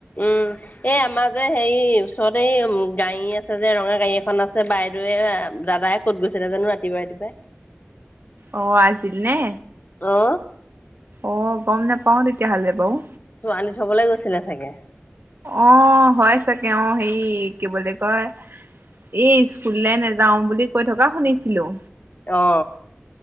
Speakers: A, on the left; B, on the right.
A: উম, এই আমাৰ যে হেৰি ওচৰতে এই উ গাড়ী আছে যে, ৰঙা গাড়ী এখন আছে বা এইটো দাদাই কত গৈছিল জানো ৰাতিপুৱা ৰাতিপুৱাই।
B: অ আছিল নে?
A: অ।
B: অ গম নেপাও তেতিয়াহ'লে বাৰু।
A: ছোৱালী থবলৈ গৈছিলে চাগে।
B: অ হয় চাগে হেৰি কি বুলি কয়। এ স্কুললৈ নাযাও বুলি কৈ থকা শুনিছিলো।
A: অ।